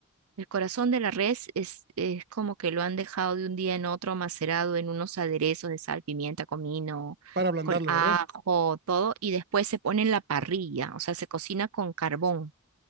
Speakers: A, on the right (about 80°); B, on the right (about 50°).
A: El corazón de la res es, es como que lo han dejado de un día en otro macerado en unos aderezos de sal, pimienta, comino,
B: Para ablandarlo,
A: con ajo,
B: ¿verdad?
A: todo, y después se pone en la parrilla, o sea, se cocina con carbón,